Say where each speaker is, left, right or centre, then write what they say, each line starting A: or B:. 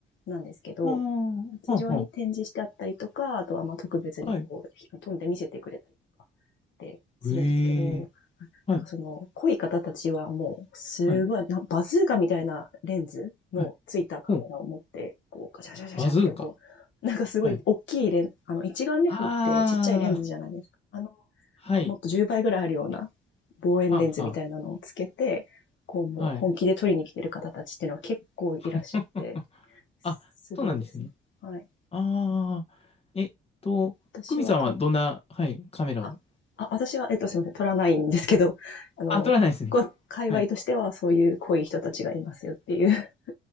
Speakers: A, on the left; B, on the left.
A: なんですけど、
B: ああ、
A: 地上に展示してあったりとか、
B: はあ、は
A: あとはまあ特別にこう、
B: あ。はい。
A: 飛んで見せてくれたりとかってするんですけど、
B: ええ、はい、
A: なんかその、濃い方たちはもう、すごい、
B: はい、
A: なバズーカみたいなレンズのついたカメラを持って、
B: はい。ほう。
A: こう、ガシャガシャガシャって、
B: バズーカ。
A: こう、なんかすごい大きいレン、
B: はい
A: あの、一眼レフってちっちゃいレンズじゃないですか。
B: ああ、
A: あの、
B: はい。
A: もっと10倍ぐらいあるような望遠レンズみたいなのをつけて、
B: はは、
A: こうもう本気で撮りに来てる方たちっていうのは結構いらっしゃって、
B: はい。<laughs>
A: すごいですね。
B: あ、そうなんですね。
A: はい。
B: ああ、えっと、
A: 私はと、
B: 久美さんはどんな、はい、カメラを。
A: あ、あ、私は、えっと、すみません、取らないんですけど、あの、
B: あ、撮らないですね。
A: こ界隈としてはそういう濃い人たちがいますよっていう
B: はい。